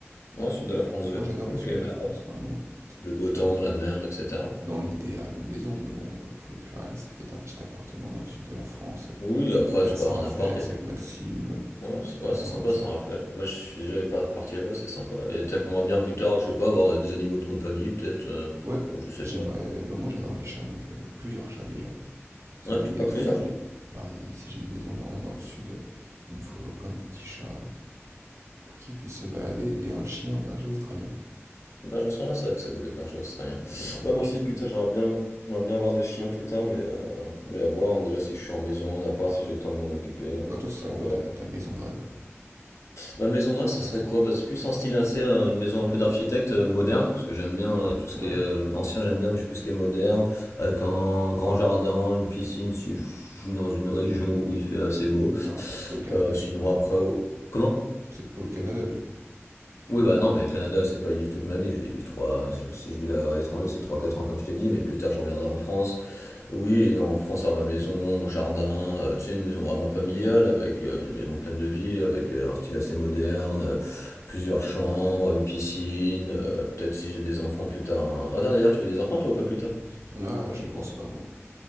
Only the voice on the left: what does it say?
Ouais, sud de la France vert.
Ok,
bah,
le beau temps,
la mer, etc.
Oui, après
tu peux
avoir un appart et
puis.
Ouais, c'est ouais,
c'est
sympa
Saint-Raphaël. Moi, je suis déjà par- parti là-bas, c'est sympa. Et t'aimerais bien plus tard, je sais pas, avoir des animaux de compagnie, peut-être, euh,
ou je sais
pas.
Ouais,
pl- ah, plusieurs.
Une Berger australien, ouais, c'est vrai que c'est beau les bergers australiens.
Ouais,
moi aussi,
putain, j'aimerais bien, j'aimerais bien avoir des chiens plus tard, mais, euh, mais à voir. hein. Déjà, si je suis en maison, en appart, si j'ai le temps de m'en occuper, hein.
Ça, on
verra.
Ma maison de rêve, ça serait quoi? Bah, c'est plus un style assez, euh, une maison un peu d'architecte euh, moderne, parce que j'aime bien euh, tout ce
qui est euh, ancien, j'aime bien, mais je suis plus ce qui est moderne, avec un grand jardin, une piscine, si je suis dans une région où il fait assez beau.
Euh, sinon,
après, au- comment?
Oui, bah non, mais le Canada, c'est pas y vivre toute ma vie. Je vais y vivre trois. Si je vis là à l'étranger, c'est trois quatre ans, comme je t'ai dit, mais plus tard, je reviendrai en France. Oui, et en France, avoir ma maison, mon jardin, euh, tu sais, une maison vraiment familiale, avec euh, une maison pleine de vie, avec euh, un style assez moderne, euh, plusieurs chambres, une piscine. euh, peut-être si j'ai des enfants plus tard. un- Ah, d'ailleurs, tu veux des enfants, toi, ou pas plus tard?
Quand
J'y
pense.